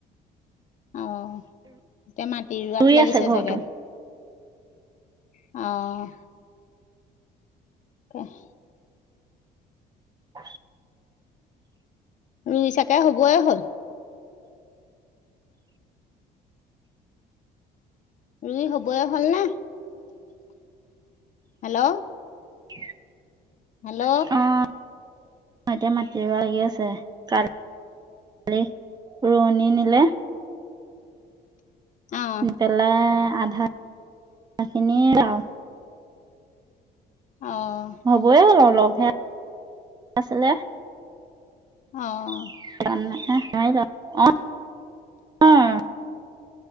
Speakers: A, on the left; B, on the right.
A: অ', এতিয়া মাটি ৰোৱাত
B: ৰুই
A: লাগিছে
B: আছে ঘৰতো
A: চাগে। অ'। <unintelligible>
B: <unintelligible>
A: ৰুই চাগে, হবয়ে হ'ল। ৰুই হবই হ'ল ন? হেল্ল'।
B: <unintelligible>
A: হেল্ল'।
B: অ' এতিয়া মতি লাগি আছে, কালি <unintelligible> ৰোৱনী নিলে।
A: অঁ
B: দি পেলাই, আধাখিনি আৰু
A: অ'।
B: হ'বই হল আৰু, অলপহে, আছিলে।
A: অ'।
B: <unintelligible>